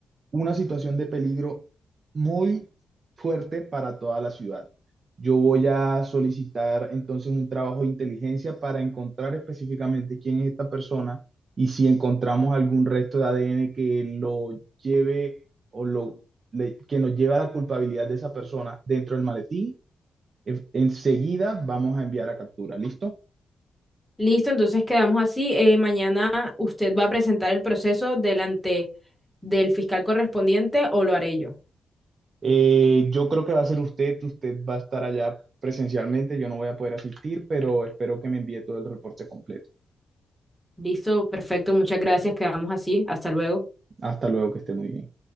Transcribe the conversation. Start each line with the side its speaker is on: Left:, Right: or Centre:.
Right: una situación de peligro muy fuerte para toda la ciudad. Yo voy a solicitar entonces un trabajo de inteligencia para encontrar específicamente quién es esta persona y si encontramos algún resto de ADN que lo lleve o lo, le- que nos lleve a la culpabilidad de esa persona dentro del maletín, en- enseguida vamos a enviar a captura, ¿listo?
Centre: Listo, entonces quedamos así. Eh, mañana usted va a presentar el proceso delante del fiscal correspondiente o lo haré yo.
Right: Eh, yo creo que va a ser usted, usted va a estar allá presencialmente, yo no voy a poder asistir, pero espero que me envíe todo el reporte completo.
Centre: Listo, perfecto, muchas gracias, quedamos así. Hasta luego.
Right: Hasta luego, que esté muy bien.